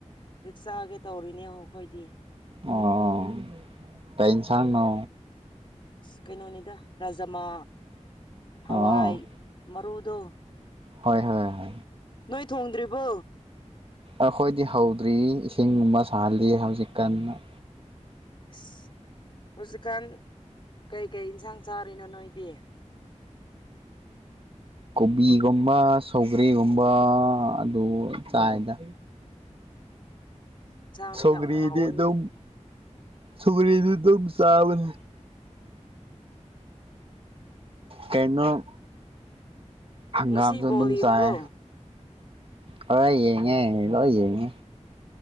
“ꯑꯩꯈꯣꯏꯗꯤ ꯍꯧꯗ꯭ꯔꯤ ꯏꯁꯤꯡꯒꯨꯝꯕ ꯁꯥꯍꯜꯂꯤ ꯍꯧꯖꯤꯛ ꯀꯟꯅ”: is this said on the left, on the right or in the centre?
Right